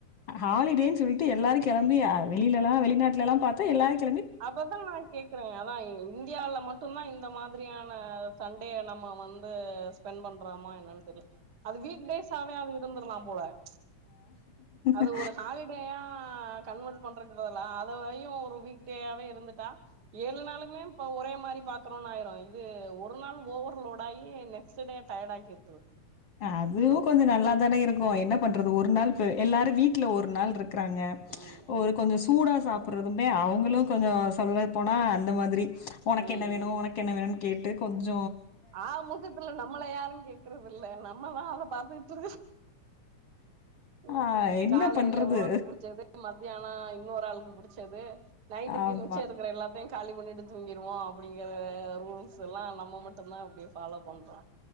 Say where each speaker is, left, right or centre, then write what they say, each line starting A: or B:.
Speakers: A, on the left (about 55°); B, on the right (about 40°).
A: ஹாலிடேன்னு சொல்லிட்டு எல்லாருக்கு கெளம்பி வெளியலல்லா வெளிநாட்லல்லா பாத்தா எல்லாருக்
B: அததா கேக்குறே அதா இந்தியால மட்டுந்தா இந்த மாதிரியான சண்டேய நம்ம வந்து ஸ்பெண்ட் பண்றாமா என்னன்னு தெரில அது வீக்டேசாவே அது இருந்துரலா போல ம்ச் அது
A: அ
B: ஒரு ஹாலிடேயா கன்வெர்ட் பண்ரக்கு பதில்லா அதவையு ஒரு வீக் டேயாவே இருந்துட்டா ஏழு நாளுமே இப்ப ஒரே மாரி பாக்கறோனு ஆயிரு து ஒரு நாள் ஓவர்லோட் ஆயி நெக்ஸ்ட் டே டயர்ட் ஆக்கி விட்ரு
A: <unintelligible> இதுவும் கொஞ்ச நல்லாதானே இருக்கு என்ன பண்றது ஒரு நாள் பு எல்லாரு வீட் ல ஒரு நாள் இருக் க்கறாங்க
B: ம்
A: ஒரு
B: ம்
A: கொஞ்சம் சூடா சாப்பிடுறதுமே அவங்களு கொஞ்ச சொல்ல போனா அந்த மாரி ஒனக்கென்ன
B: ம்
A: வேணு
B: ம்
A: ஒனக்கென்ன வேணு னு கேட்டு கொஞ்ச
B: ஆ மொத்துல நம்மள யாருங்கேக்குறதில்ல நம் ஆமாமா அத பாத்துக்கிட்டு உம்
A: ஆ என்ன
B: காலையில
A: பண்றது?
B: ஒனக்கு புடிச்சது மத்தியான இன்னொரு ஆளுக்கு புடிச்ச ச்சது நைட்டுக்கு
A: ஆமா.
B: மிச்ச இருக்கற எல்லாத்த காலி பண்ணிட்டு தூங்கிருவோ அப்படிங்கிற ரூல்ஸ்லாம் நம்ம மட் டும்தா அப்படி ஃபாலோ பண்றோ